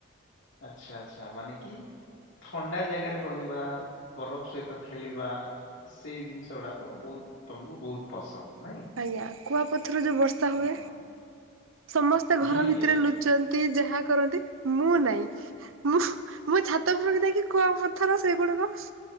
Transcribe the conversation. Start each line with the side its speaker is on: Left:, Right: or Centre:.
Left: ଆଚ୍ଛା ଆଛା ମାନେ କି? ଥଣ୍ଡା ଜାଗାରେ ରହିବା ବରଫ ସହିତ ଖେଳିବା। ସେଇ ଜିନିଷ ଗୁଡାକ ବହୁତ ତମକୁ ବହୁତ ପସନ୍ଦ। ନାଇଁ
Right: ଆଜ୍ଞା କୁଆ ପଥ ର ଯୋଉ ବର୍ଷା ହୁଏ
Left: ହଁ
Right: ସମସ୍ତେ
Left: ହୁଁ
Right: ଘର ଭିତରେ
Left: ଏ
Right: ଲୁଚନ୍ତି ଯାହା। କରନ୍ତି ମୁଁ ନାଇଁ ମୁଁ ହ ମୁ ଛାତଉପୁର କୁ ଯାଇକି କୁଆ ପଥର ସେଗୁଡାକ।